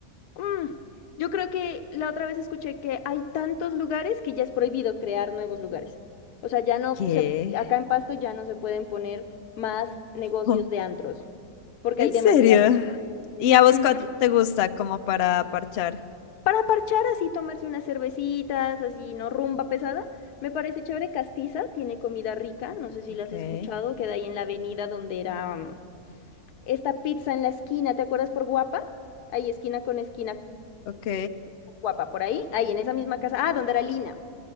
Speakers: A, on the left; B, on the left.
A: Mm, yo creo que la otra vez escuché que hay tantos lugares que ya es prohibido crear nuevos lugares. O sea, ya no
B: ¿Qué?
A: se, acá en Pasto ya no se pueden poner más negocios
B: <laughs>
A: de antros, porque
B: ¿En
A: hay demasiados.
B: serio? ¿Y a vos
A: Ujú.
B: cuál te gusta como para parchar?
A: Para parchar así, tomarse unas cervecitas, así, no rumba pesada, me parece chévere. Castiza tiene comida rica, no sé si
B: Ok,
A: la has escuchado, queda ahí en la avenida donde era mm, esta pizza en la esquina, ¿te acuerdas por Guapa? Ahí esquina con esquina
B: ok,
A: con Guapa, por ahí, ahí en esa misma casa, ah, donde era Lina.